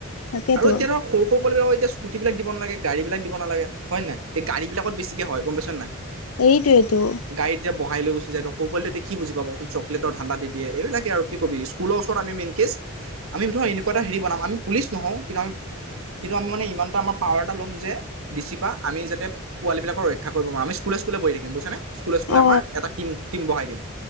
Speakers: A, on the left; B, on the right.
A: তাকেতো
B: আৰু এতিয়া ধৰক সৰু সৰু কল এতিয়া স্কুটিবিলাকিবাগে গড়ী বিলাক দিবালাগে হয় নাই এই গাড়ী বিলাকত বেছিকে হয় গম পাইছ নাই
A: এইটোৱেইটো।
B: গাড়ীত এতিয়া বহাই লৈ গুছি যায় সৰু পোৱালি টো কি বুজি পাবচোন চকলেটৰ ধানদা দিন। দিয়ে এইবিলাকে আৰু কি কবি স্কুলৰ ওচৰত আমি মেইনক কেচ আমি ধৰক এনেকুৱা এটা হেৰি বনাম আমি পুলিচ নহওঁ কিন্তু আমি কিন্তু আমি মানে ইমান এটা আমাৰ পাৱাৰ এটা ল'ম যে, ডিচিপা আমি যাতে, পোৱালী বিলাকক ৰক্ষা কৰিব নোৱাৰিম আমি স্কুলে স্কুলে সকুলোৱে বহি থাকিম বুইছ নে স্কুলে স্কুলে
A: অ
B: আমাৰ এটা টিম টিম বঢহাই দিম।